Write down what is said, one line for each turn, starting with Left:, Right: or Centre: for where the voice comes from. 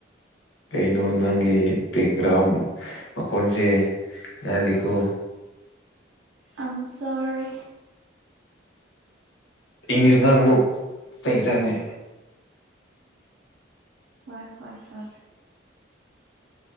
Left: ꯀꯩꯅꯣ ꯅꯪꯒꯤ ꯕꯦꯛꯒ꯭ꯔꯥꯎꯟ ꯃꯈꯣꯟꯁꯦ ꯌꯥꯗꯤꯀꯣ
Right: ꯑꯝꯁꯣꯔꯤ
Left: ꯏꯪꯂꯤꯁ ꯉꯥꯡꯅ ꯆꯩ ꯆꯥꯅꯦ
Right: ꯍꯣꯏ ꯍꯣꯏ ꯍꯣꯏ